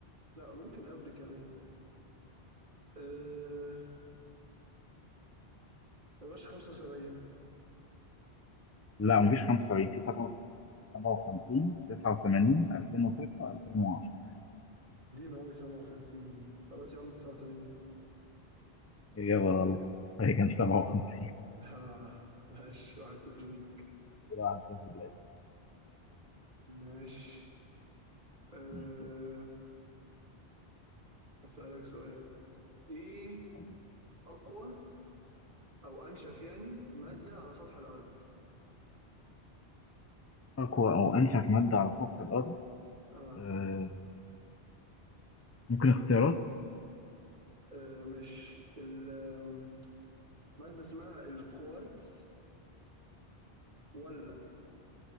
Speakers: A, on the right; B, on the left.
A: لا ممكن قبل كمان أه يا باشا 75
B: لا مفيش 75 في 57 89 2006 2010
A: دي ما قوي 57 دي خلاص يا عم 89
B: إجابة غلط هي كانت 57
A: ها ماشي 1-0 ليك
B: كده عدت في الليل.
A: ماشي أه
B: ماشي يا
A: أسألك سؤال ايه
B: سيدي.
A: اقوى او انشف يعني ماده على سطح الارض
B: أقوى أو أنشف مادة على سطح الأرض
A: اه,
B: آه ممكن اختيارات
A: آه مش الماده اسمها الكوارتز ولا